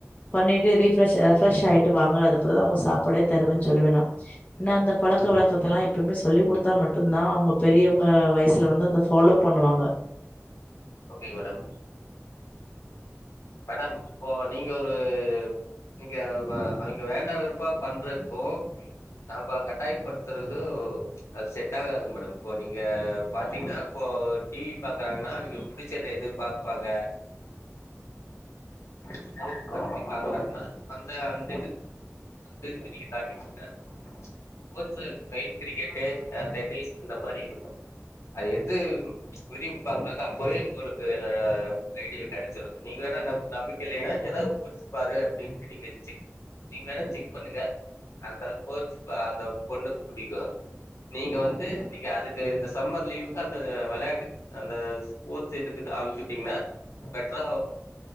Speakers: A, on the left (about 30°); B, on the left (about 65°).
A: பண்ணிட்டு ரீப்ஃரெஷ்
B: ம்
A: ரெப்ஃபிரேஷ் ஆய்ட்டு வாங்க அதுப்புறம் தான் உங்களுக்கு சாப்பாடே தருவன்னு சொல்லவே நா <unintelligible> ஏன்னா அந்த பழக்கவழக்கத்தெலா
B: ம்
A: எப்பவுமே சொல்லி கொடுத்தா மட்டும் நான் அவங்க பெரியவங்க வயசுல வந்து அந்த ஃபாலோ பண்ணுவாங்க
B: ஓகே மேடம் மேடம் இப்போ நீங்க ஒரு நீங்க அ அவங்க வேண்டாம் வெறுப்பா பண்றப்போ நாம்ப கட்டாயப்படுத்துறது அது செட் ஆகாதுங்க மேடம் இப்போ நீங்க பாத்தீங்கன்னா இப்போ டிவி பாக்குறாங்கன்னா அவங்க பிடிச்சது எது பாப்பாங்க ஸ்போர்ட்ஸ் பத்தி <unintelligible> பாக்கறாங்கனா அந்த அந்த இதுவ அந்த இதுவ நீங்க தாட்டி சொல்ற ஸ்போ்ட்ஸ் மெயின் கிரிக்கெட்டு் டென்னிஸ் இந்த மாதிரி இருக்கும் அது எது வரியு பாக் அப்பாவே உங்களுக்கு ஐடியா கிடைச்சிரும் நீங்க வேணா நம்பிக்கை இல்லைன்னா ஏதாவது கோர்ஸ் பாரு அப்புடின்ட்டு நீங்க செக் நீங்க வேணா செக் பண்ணுங்க அந்த கோர்ஸ் அந்த பொண்ணுக்கு புடிக்கும் நீங்க வந்து நீங்க அதுக்கு இந்த சம்மர் லீவுக்கு அந்த விளையாட்டு அந்த ஸ்போர்ட்ஸ் இதுக்கு அனுப்புச்விட்டீங்கன்னா பட் ப் ஆ